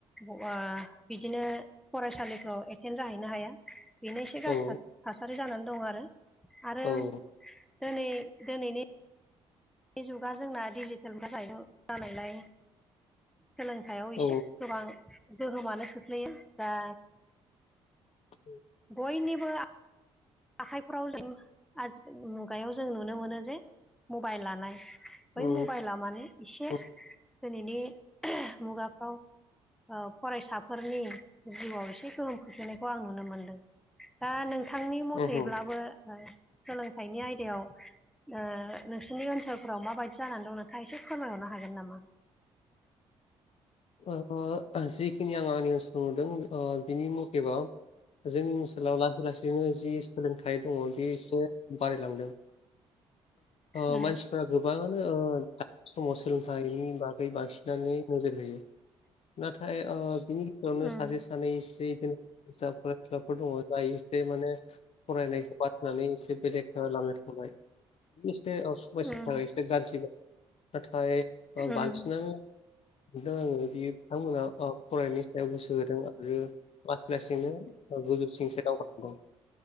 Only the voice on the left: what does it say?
औ
औ
औ
उम
उम
उम
उमहो
ओ जिखिनि आं आंनि ओनसाव नुदों ओ बिनि मुथेबा जोंनि ओनसोलाव लासै लासैनो जि सोलोंथाइ दंङ बे एसे बारायलांदों ओ
मानसि फ्रा गोबांङानो ओ दा समाव सोलोंथाइनि बागै बांसिनानो नोजोर होयो नाथाय ओ बिनि गेजेरावनो
सासे सानै इसे इदिनो जाबग्रा जाफोर दङ जा इसे माने फरायनायखौ बादहोनानै एसे बेलेख ओ लामायाव थांबाय एसे बयसनि
थाखाय एसे गाज्रि नाथाय
बांसिनानो दा आंङो बियो बिथांमोना ओ फरायनायनि सायाव गोसो होदों आरो लासै लासैनो गोजौसिनसो दावगादों